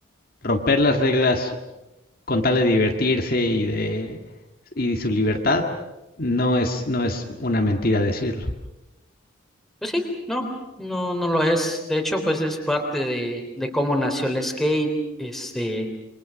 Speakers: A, on the left; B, in the centre.
A: romper las reglas con tal de divertirse y de y su libertad, no es, no es una mentira decirlo.
B: Pues sí, no, no, no lo es. De hecho, pues es parte de, de cómo nació el skate, este,